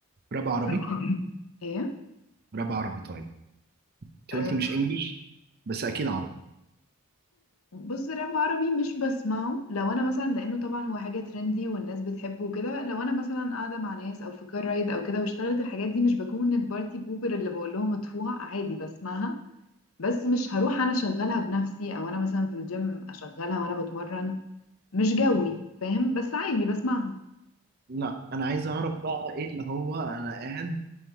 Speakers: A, on the right (about 45°); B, on the left (about 75°).
A: راب عربي
B: <laughs> ايه
A: راب عربي طيب انت
B: آه،
A: قلتي مش انجليش بس اكيد عربي
B: بص راب عربي مش بسمعه لو انا مثلا لانه طبعا هو حاجه ترندي والناس بتحبه وكده لو انا مثلا قاعده مع ناس او في كار رايد او كده واشتغلت الحاجات دي مش بكون البارتي بوبر اللي بقول لهم اطفوها عادي بسمعها بس مش هروح انا اشغلها بنفسي او انا مثلا في الجيم اشغلها وانا بتمرن مش جوي فاهم بس عادي بسمعها
A: لا انا عايز اعرف بقى ايه اللي هو انا قاعد